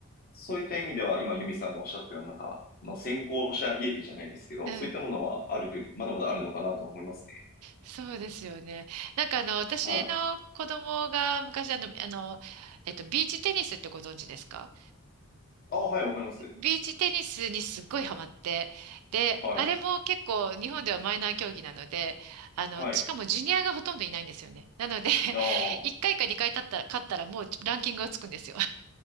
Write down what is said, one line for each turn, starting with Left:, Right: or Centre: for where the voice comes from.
Left: そういった意味では今、ユミさんがおっしゃったような、なんか、まあ、先行者利益じゃないですけど、
Right: うん。
Left: そういったものはある、まだまだあるのかなと思いますね。
Right: そうですよね。なんかあの、私の子供が昔あの、
Left: はい。
Right: あの、えっと、ビーチテニスってご存知ですか
Left: ああ、はい、わかります。
Right: ビーチテニスにすっごいハマって、で、
Left: はい。
Right: あれも結構日本ではマイナー競技なので、あの、
Left: はい。
Right: しかもジュニアがほとんどいないんですよね。なので、<laughs>
Left: ああ、
Right: 1回か2回勝ったら、勝ったらもうランキングがつくんですよ。